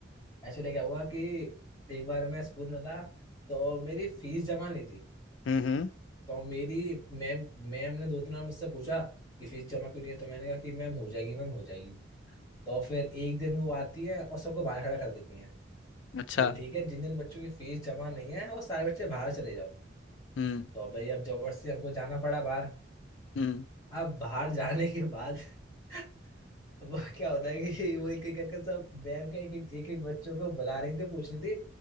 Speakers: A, on the left; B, on the left.
A: एक्चुअली क्या हुआ कि एक बार मैं स्कूल में था तो मेरी फीस जमा नहीं थी
B: हम्म हम्म हम्म,
A: तो मेरी मैम मैम ने दो तीन बार मुझसे पूछा कि फीस जमा क्यों नहीं है तो मैंने कहा कि मैम हो जाएगी मैम हो जाएगी तो फिर एक दिन वो आती है और सबको बाहर खड़ा कर देती है
B: अच्छा
A: कि ठीक है जिन जिन बच्चों की फीस जमा नहीं है वो सारे बच्चे बाहर चले जाओ
B: हम्म
A: तो अब भाई अब जबरदस्ती हमको जाना पड़ा बाहर
B: हम्म
A: अब बाहर जाने के बाद <laughs> वो क्या होता है कि वो एक एक करके सब मैम के एक एक, एक, एक बच्चों को बुला रही थी पूछ रही थी